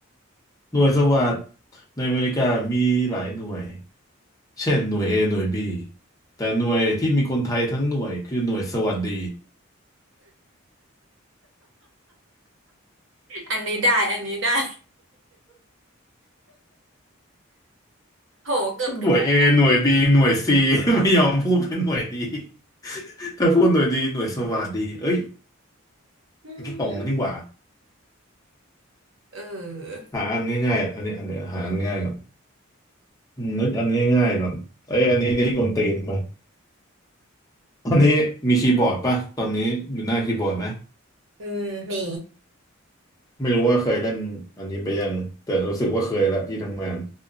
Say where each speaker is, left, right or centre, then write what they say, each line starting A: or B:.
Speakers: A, on the left (about 15°); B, on the right (about 65°).
A: หน่วยสวัสดในอเมริกามีหลายหน่วยเช่นหน่วย A หน่วย B แต่หน่วยที่มีคนไทยทั้งหน่วยคือหน่วยสวัสดี
B: อันนี้ได้อันนี้ได้โหเกือบถูก
A: หน่วย A หน่วย B หน่วย C <laughs> ไม่ยอมพูดเป็นหน่วยดี <laughs> ถ้าพูดหน่วยดีหน่วยสวัสดีเอ้ย
B: อืม
A: ตรงแล้วนี่หว่า
B: เออ
A: หาอันง่ายๆอันนี้อันเดียวหาอันง่ายก่อน อืมนึกอันง่ายๆก่อนเอ้ยอันนี้นี่กวนตีนป่ะอันนี้มีคีย์บอร์ดป่ะตอนนี้อยู่หน้าคีย์บอร์ดไหม
B: อืมมี
A: ไม่รู้ว่าเคยเล่นอันนี้ไปยังแต่รู้สึกว่าเคยละที่ทำงาน